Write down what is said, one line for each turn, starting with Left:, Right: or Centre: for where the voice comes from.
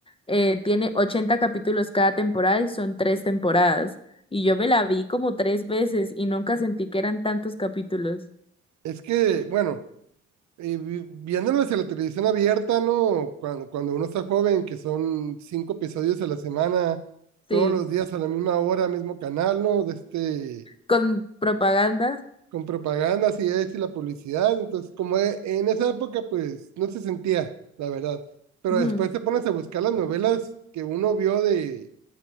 Left: eh, tiene 80 capítulos cada temporada y son tres temporadas, y yo me la vi como tres veces y nunca sentí que eran tantos capítulos,
Right: Es que, bueno, eh, vi- viéndolas en la televisión abierta, ¿no? Cuando, cuando uno está joven, que son cinco episodios a la semana,
Left: sí,
Right: todos los días a la misma hora, mismo canal, ¿no? De este,
Left: con propaganda,
Right: con propagandas y esto y la publicidad. Entonces, como e- en esa época, pues no se sentía, la verdad. Pero
Left: ujú,
Right: después te pones a buscar las novelas que uno vio de